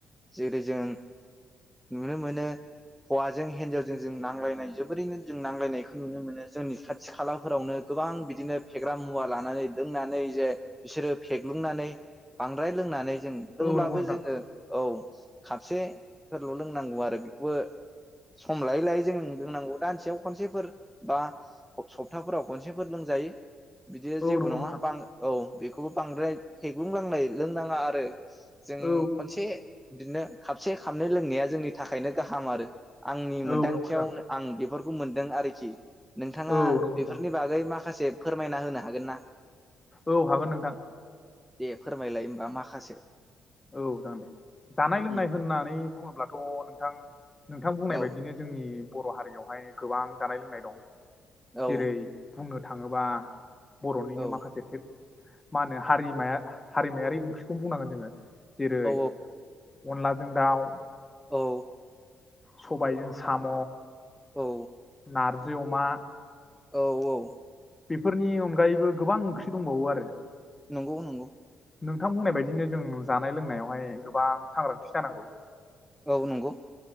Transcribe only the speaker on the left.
औ नंगौ
नोंथां
औ
नंगौ
नोंथां
औ
औ नंगौ नोंथां
औ नंगौ
नोंथां
औ हागोन नोंथां
औ जागोन दे जानाय लोंनाय
होननानै बुङोब्लाथ नोंथां नोंथां बुंनाय
बायदिनो जोंनि बर हारियाव हाय गोबां जानाय लोंनाय दं
जेरै बुंनो थाङोबा बरनिनो
माखासे <unintelligible> मा होनो हारिमाया हारिमायारि ओंख्रिखौनो बुंनांगोन जोङो जेरै
अनलाजों दाउ
सबायजों साम
नारजि अमा।
बेफोरनि अनगायैबो गोबां ओंख्रि दंबावो आरो।
नोंथां बुंनाय बायदिनो जों जानाय लोंनायावहाय गोबां सांग्रांथि जानांगौ।